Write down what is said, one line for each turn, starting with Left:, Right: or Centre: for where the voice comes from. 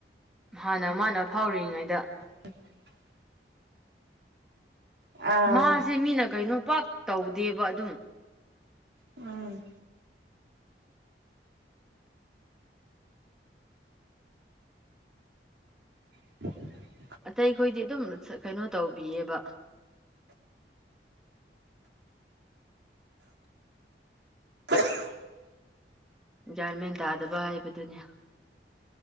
Centre: ꯍꯥꯟꯅ ꯃꯥꯅ ꯐꯥꯎꯔꯤꯉꯩꯗ
Right: <inaudible> ꯑꯥ
Centre: ꯃꯥꯁꯦ ꯃꯤꯅ ꯀꯩꯅꯣ ꯄꯥꯛ ꯇꯧꯗꯦꯕ ꯑꯗꯨꯝ
Right: ꯎꯝ <inaudible>
Centre: ꯑꯇꯩ ꯈꯣꯏꯗꯤ ꯑꯗꯨꯝ ꯀꯩꯅꯣ ꯇꯧꯕꯤꯌꯦꯕ
Right: <unintelligible>
Centre: ꯒ꯭ꯌꯥꯟꯃꯦꯟ ꯇꯥꯗꯕ ꯍꯥꯏꯕꯗꯨꯅꯦ